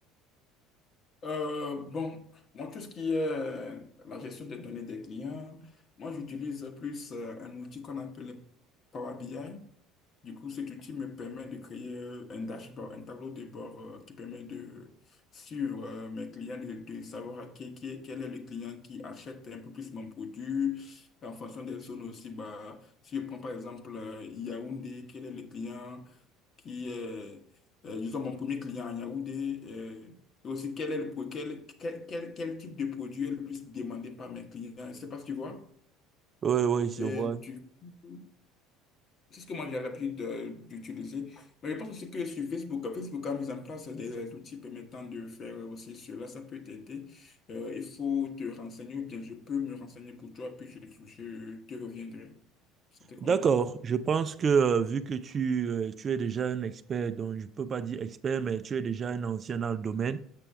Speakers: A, on the left; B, on the right.
A: Euh, bon, moi, tout ce qui est euh, la gestion des données des clients, moi, j'utilise plus euh, un outil qu'on appelle Power BI. Du coup, cet outil me permet de créer euh, un dashboard, un tableau de bord euh, qui permet de suivre euh, mes clients, de, de savoir à qui, qui- quel est le client qui achète un peu plus mon produit en fonction des zones aussi. Bah, si je prends par exemple euh, Yaoundé, quel est le client qui est, euh, disons, mon premier client à Yaoundé, euh, et aussi quel est le, pro- quel, quel, quel, quel type de produit est le plus demandé par mes clients. Je ne sais pas si tu vois.
B: Ouais, ouais, je
A: Et
B: vois.
A: du coup, c'est ce que moi j'ai l'habitude de- d'utiliser. Mais je pense aussi que sur Facebook, euh, Facebook a mis en place des outils permettant de faire aussi cela. Ça peut t'aider. Euh, il faut te renseigner ou bien je peux me renseigner pour toi, puis je, je te reviendrai. Ça te convient.
B: D'accord, je pense que euh, vu que tu, euh, tu es déjà un expert, donc je peux pas dire expert, mais tu es déjà un ancien dans le domaine,